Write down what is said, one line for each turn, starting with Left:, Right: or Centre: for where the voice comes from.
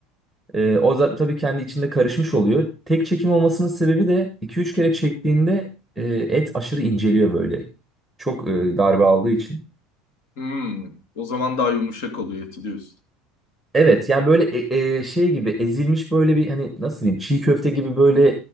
Centre: Ee, o da tabii kendi içinde karışmış oluyor. Tek çekim olmasının sebebi de iki üç kere çektiğinde e, et aşırı inceliyor böyle. Çok e, darbe aldığı için.
Left: Hmm, o zaman daha yumuşak oluyor eti diyorsun.
Centre: Evet yani böyle e, e, şey gibi ezilmiş böyle bir hani nasıl diyeyim çiğ köfte gibi böyle